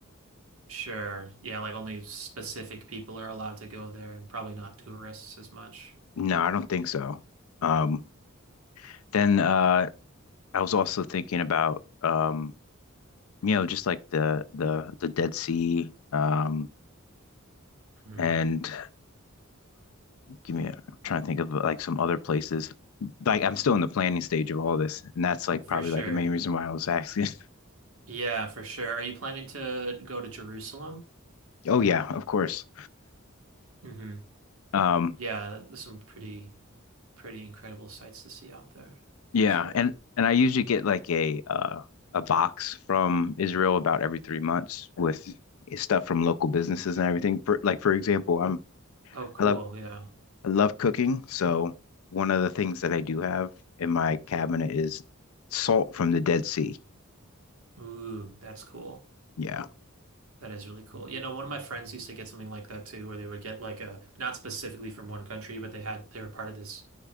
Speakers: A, on the right (about 90°); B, on the left (about 85°).
A: sure? Yeah, like only specific people are allowed to go there and probably not tourists as much.
B: No, I don't think so. Um, then uh, I was also thinking about um, you know, just like the the the Dead Sea, um,
A: hmm
B: and give me a, I'm trying to think of like some other places. Like I'm still in the planning stage of all this, and that's like
A: For
B: probably
A: sure.
B: like the main reason why I was asking. <laughs>
A: Yeah, for sure. Are you planning to go to Jerusalem?
B: Oh yeah, of course.
A: hmm
B: Um,
A: Yeah, there's some pretty pretty incredible sights to see out there.
B: yeah,
A: Sure.
B: and and I usually get like a uh, a box from Israel about every three months with stuff from local businesses and everything. For like for example, I'm
A: Oh, cool.
B: I love
A: Yeah.
B: I love cooking, so one of the things that I do have in my cabinet is salt from the Dead Sea.
A: Ooh, that's cool.
B: Yeah,
A: That is really cool. You know, one of my friends used to get something like that too, where they would get like a not specifically from one country, but they had they were part of this